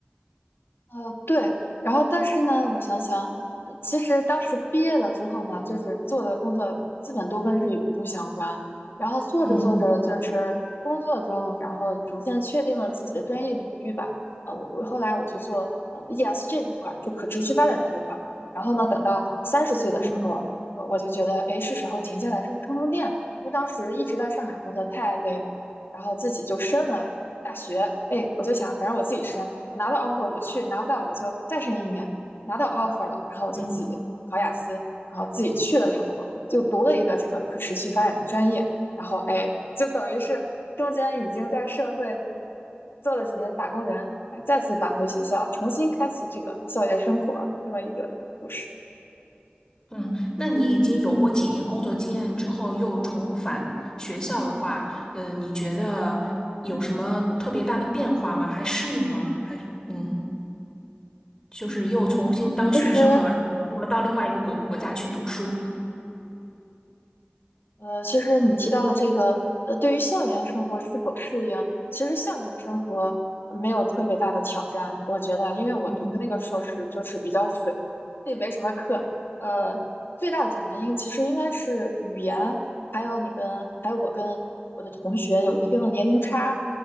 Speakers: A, on the left; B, on the left.
A: 呃，对，然后但是呢，我想想，呃其实当时毕业了之后呢，就是做的工作基本都跟日语不相关，然后做着做着就是工作中，
B: 嗯
A: 然后逐渐确定了自己的专业领域吧。呃，我我后来我去做呃 ESG 这一块儿，就可持续发展这一块儿。然后呢，等到三十岁的时候，
B: 嗯
A: 呃我就觉得，哎，是时候停下来，是不是充充电？因为当时一直在上海工作太累了，然后自己就申了大学，哎，我就想，反正我自己申，我拿到 offer 我就去，拿不到我就再申一年，拿到 offer 了，然后我就自己考雅思，
B: 嗯。
A: 然后自己去了英国，就读了一个这个可持续发展的专业，然后哎，就等于是中间已经在社会做了几年打工人，哎，再次返回学校，重新开启这个校园生活，这么一个故事。
B: 嗯，那你已经有过几年工作经验之后，又重返学校的话，嗯，你觉得有什么特别大的变化吗？还适应吗？还是嗯，就是又重新当学生了，
A: 其实
B: 而且又到另外一个国国家去读书。
A: 呃，其实你提到的这个，呃，对于校园生活是否适应，其实校园生活没有特别大的挑战，我觉得，因为我读的那个硕士就是比较水，
B: 嗯
A: 也没什么课。呃，最大的挑战应其实应该是语言，还有你跟还有我跟我的同学有一定的年龄差，